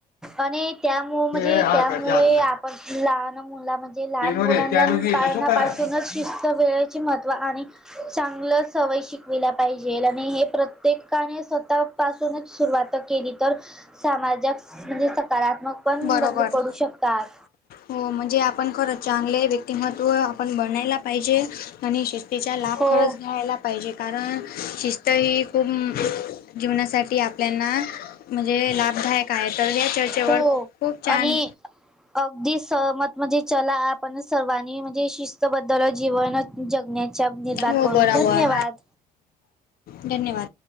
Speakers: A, in the centre; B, on the left.
A: आणि त्यामु म्हणजे
B: ते हार
A: त्यामुळे
B: कर जात
A: पण ती लहान मुला म्हणजे
B: ना
A: लहान मुलांना
B: त्यानुगी
A: पाळनापासूनच
B: सुख आहे
A: शि वेळेचे महत्त्व आणि चांगलं सवय शिकविल्या पाहिजे आणि हे प्रत्येकाने स्वतः पासूनच सुरुवात केली तर सामाजिक म्हणजे सकारात्मक पण
B: बरोबर
A: बदलू पडू शकतात
B: हो म्हणजे आपण खर चांगले व्यक्तिमत्व आपण बनायला पाहिजे आणि शिस्तीचा लाभ
A: हो.
B: खरंच घ्यायला पाहिजे कारण शिस्त ही खूप जीवनासाठी आपल्याना म्हणजे लाभदायक आहे तर या चर्चेवर
A: हो
B: खूप छान
A: आणि अगदी सहमत म्हणजे चला आप आपण सर्वांनी म्हणजे शिस्तबद्दल जीवन जगण्याचा निर्भार
B: हो
A: करू
B: बरोबर
A: धन्यवाद
B: धन्यवाद